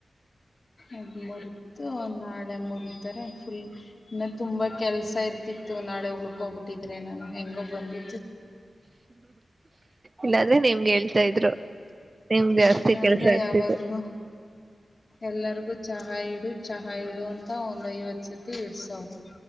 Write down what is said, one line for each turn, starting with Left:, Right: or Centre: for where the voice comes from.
Left: ಅದ ಮುರದು ನಾಳೆ ಮುರಿತಾರೆ ಫುಲ್ ಇನ್ನು ತುಂಬಾ ಕೆಲ್ಸ ಇರ್ತಿತ್ತು ನಾಳೆ ಉಳಕೋಗ್ಬಿಟ್ಟಿದ್ರೆ ನಾನು ಹೆಂಗೋ ಬಂದಿ
Right: ಇಲ್ಲಾದ್ರೆ ನಿಮ್ಗೆ ಹೇಳ್ತಾ ಇದ್ರು ನಿಮ್ ಜಾಸ್ತಿ
Left: ಇಲ್ಲಾಂದ್ರೆ
Right: ಕೆಲ್ಸ
Left: ಯಾವಾಗ್ಲು
Right: ಆಗ್ತಿದೆ
Left: ಎಲ್ಲರಿಗು ಚಾ ಹಾ ಇಡು ಚಹಾ ಇಡು ಇಡು ಅಂತ ಒಂದ ಐವತ್ತು ಸತಿ ಇಡಸವರೂ